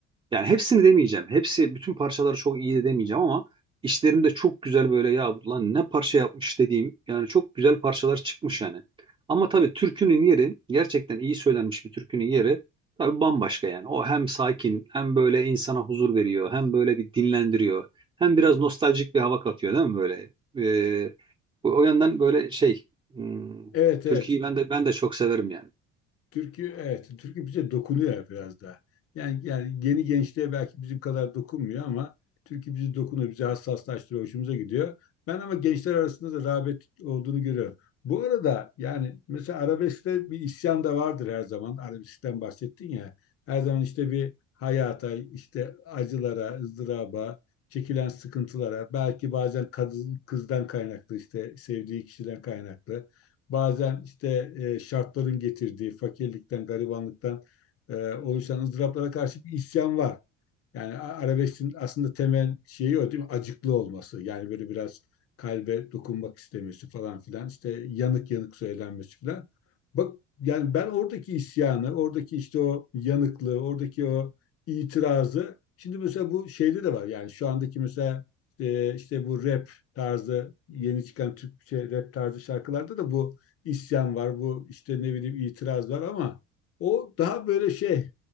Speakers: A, on the right; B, on the left.
A: yani hepsini demeyeceğim. Hepsi bütün parçaları çok iyi de demeyeceğim ama işlerinde çok güzel böyle ya lan ne parça yapmış dediğim yani çok güzel parçalar çıkmış yani. Ama tabii türkünün yeri gerçekten iyi söylenmiş bir türkünün yeri tabii bambaşka yani. O hem sakin hem böyle insana huzur veriyor hem böyle bir dinlendiriyor hem biraz nostaljik bir hava katıyor değil mi böyle? Ee, o o yandan böyle şey hmm,
B: Evet evet.
A: türküyü ben de ben de çok severim yani.
B: Türkü evet türkü bize dokunuyor biraz daha. Yani yani yeni gençliğe belki bizim kadar dokunmuyor ama türkü bizi dokunuyor, bizi hassaslaştırıyor, hoşumuza gidiyor. Ben ama gençler arasında da rağbet olduğunu görüyorum. Bu arada yani mesela arabeskte bir isyan da vardır her zaman. Arabeskten bahsettin ya. Her zaman işte bir hayata, işte acılara, ızdıraba, çekilen sıkıntılara, belki bazen kadın, kızdan kaynaklı işte sevdiği kişiden kaynaklı Bazen işte e, şartların getirdiği fakirlikten, garibanlıktan e, oluşan ızdıraplara karşı bir isyan var. Yani a- arabesk'in aslında temel şeyi o değil mi? Acıklı olması. Yani böyle biraz kalbe dokunmak istemesi falan filan. İşte yanık yanık söylenmesi filan. Bak yani ben oradaki isyanı, oradaki işte o yanıklığı, oradaki o itirazı şimdi mesela bu şeyde de var. Yani şu andaki mesela e, işte bu rap tarzı yeni çıkan Türkçe rap tarzı şarkılarda da bu isyan var. Bu işte ne bileyim itiraz var ama o daha böyle şey